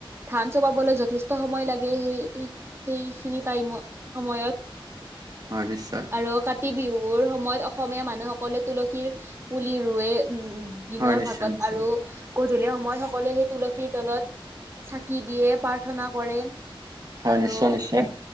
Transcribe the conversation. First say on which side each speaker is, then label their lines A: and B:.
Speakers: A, on the right; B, on the right.
A: ধান চপাবলৈ যথেষ্ট সময় লাগে সেই সেইখিনি টাইমত সময়ত।
B: হয় নিশ্চয়
A: আৰু কাতি বিহুৰ সময়ত অসমীয়া মানুহসকলে তুলসীৰ পুলি ৰুৱে উম দিনৰ
B: হয় নিশ্চয়
A: ভাগত
B: নিশ্চয়
A: আৰু গধূলি সময়ত সকলোৱে সেই তুলসীৰ তলত চাকি দিয়ে প্ৰাৰ্থনা কৰে।
B: হয়
A: আৰু
B: নিশ্চয় নিশ্চয়